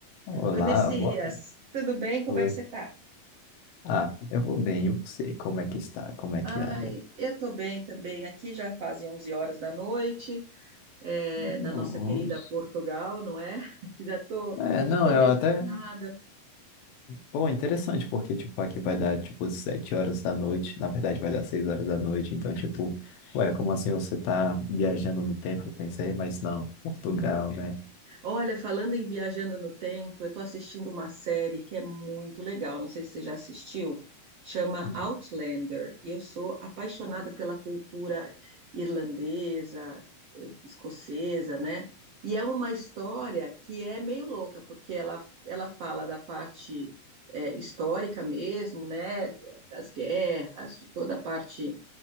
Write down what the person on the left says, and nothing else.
Olá,
boa
noite.
Ah, eu vou bem, eu sei como é que está, como é
que anda.
Nossa.
É, não,
eu
até.
Pô, interessante, porque, tipo, aqui vai dar, tipo, sete horas da noite. Na verdade, vai dar seis horas da noite. Então, tipo, ué, como assim você tá viajando no tempo? Eu pensei, mas não, Portugal, né?
Hum,